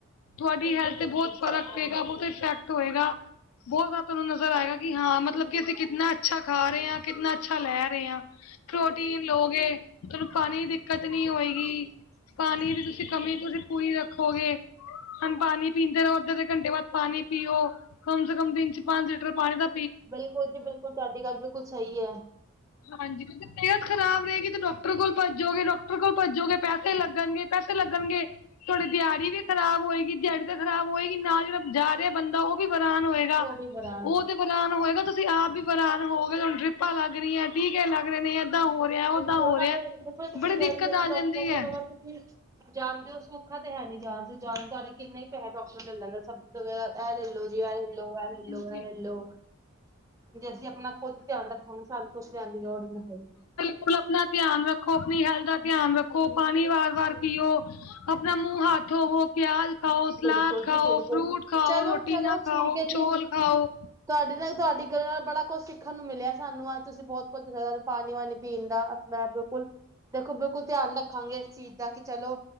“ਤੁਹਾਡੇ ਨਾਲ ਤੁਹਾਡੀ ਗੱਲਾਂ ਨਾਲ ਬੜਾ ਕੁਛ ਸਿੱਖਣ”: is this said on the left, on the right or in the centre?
Right